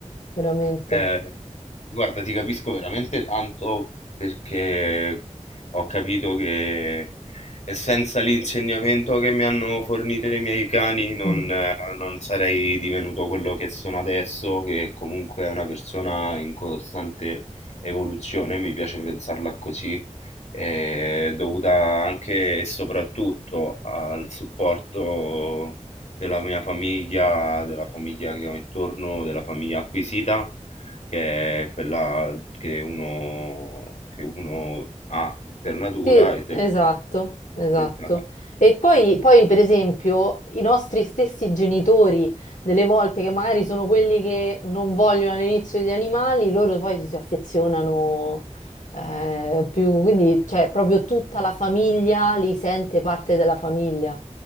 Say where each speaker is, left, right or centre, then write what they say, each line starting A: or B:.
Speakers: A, on the left; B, on the left.
A: veramente.
B: Eh, guarda, ti capisco veramente tanto perché ho capito che senza l'insegnamento che mi hanno fornito i miei cani non,
A: Mm.
B: eh, non sarei divenuto quello che sono adesso, che comunque è una persona in costante evoluzione, mi piace pensarla così, eh, dovuta anche e soprattutto al supporto della mia famiglia, della famiglia che ho intorno, della famiglia acquisita che è quella che uno, che uno ha per natura
A: Sì,
B: e del
A: esatto, esatto.
B: Esatto.
A: E poi, poi, per esempio, i nostri stessi genitori, delle volte che magari sono quelli che non vogliono all'inizio gli animali, loro poi ci si affezionano eh, più, quindi cioè, proprio tutta la famiglia li sente parte della famiglia.